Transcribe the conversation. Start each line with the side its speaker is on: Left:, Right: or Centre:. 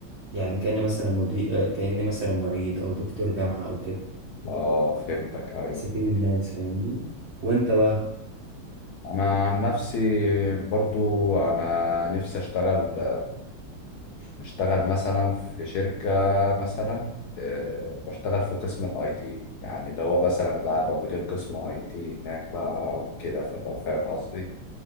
Right: يعني كاني مثلا مدير كاني مثلا معيد او دكتور جامعه او كده
Left: اه فهمتك ايوه
Right: بستفيد الناس فاهمني وانت بقى
Left: انا عن نفسي برضو انا نفسي اشتغل اشتغل مثلا في شركة مثلا آه، واشتغل في قسم الاي تي يعني ده هو مثلا ده ابقى مدير قسم اي تي هناك بقى وكده فلو فاهم قصدي